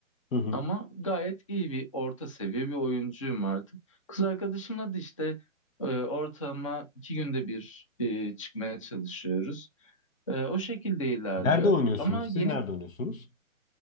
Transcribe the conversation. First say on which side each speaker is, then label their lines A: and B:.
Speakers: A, on the left; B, on the left.
A: Hı hı.
B: Ama gayet iyi bir orta seviye bir oyuncuyum artık. Kız arkadaşımla da işte e, ortalama iki günde bir e, çıkmaya çalışıyoruz. Ee, o şekilde ilerliyor.
A: Nerede oynuyorsunuz?
B: Ama yeni
A: Siz nerede oynuyorsunuz?